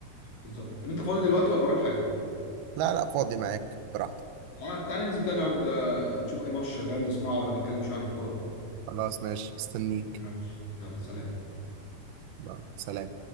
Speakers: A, on the left; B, on the right.
A: بالظبط طب أنت فاضي دلوقتي ولا وراك حاجة؟
B: لا لا فاضي معاك براحتك
A: يعني تعالى ننزل كده نقعد آه، نشوف اي ماتش شغال نسمعه ولا نتكلم شويه عن الكوره كده
B: خلاص ماشي مستنيك
A: ماشي يلا سلام
B: يلا، سلام